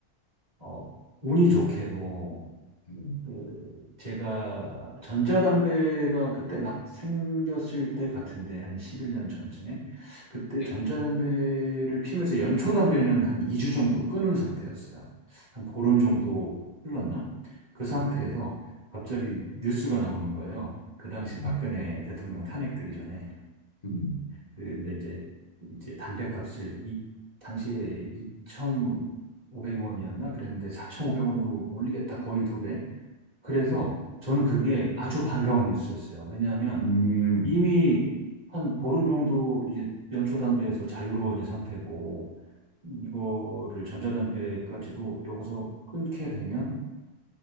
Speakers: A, on the right; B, on the left.
A: 어, 운이 좋게도
B: 음.
A: 그 제가 전자담배가 그때 막 생겼을 때 같은데 한 11년 전쯤에 그때
B: 네.
A: 전자담배를 피면서 연초담배는 한 2주 정도 끊은 상태였어요. 한 보름 정도 흘렀나? 그 상태에서
B: 음,
A: 갑자기 뉴스가 나오는 거예요. 그 당시
B: 음,
A: 박근혜 대통령 탄핵되기 전에
B: 음,
A: 근데 이제 이제 담배값을 이 당시에 2,500원이었나 그랬는데 4,500원으로 올리겠다 거의 두 배. 그래서
B: 그래요.
A: 저는 그게 아주 반가운 뉴스였어요. 왜냐하면
B: 음,
A: 이미 한 보름 정도 이제 연초담배에서 자유로운 상태고 이거를 전자담배까지도 여기서 끊게 되면